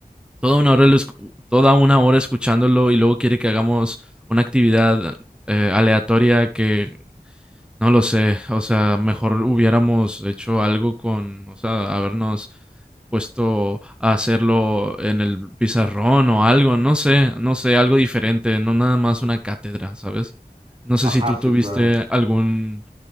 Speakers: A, in the centre; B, on the right.
A: toda una hora, lo escu- toda una hora escuchándolo y luego quiere que hagamos una actividad eh, aleatoria que no lo sé, o sea, mejor hubiéramos hecho algo con, o sea, habernos puesto a hacerlo en el pizarrón o algo, no sé, no sé, algo diferente, no nada más una cátedra, ¿sabes? No sé
B: Ajá,
A: si tú
B: sí,
A: tuviste
B: claro.
A: algún